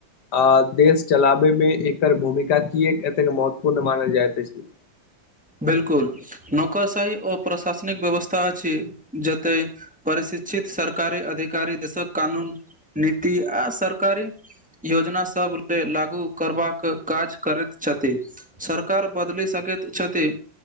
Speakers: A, on the left; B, in the centre.
A: अऽ देश चलाबै में एकर भूमिका कए एतेक महत्वपूर्ण मानल जाइत अछि
B: बिल्कुल नौकर साही ओ प्रशासनिक व्यवस्था अछी जतेक परि शिक्षित सरकारी अधिकारी दशक कानून नीति आ सरकारी योजना सब लेल लागू करबाक काज करैत छथी सरकार बदले संकेत छती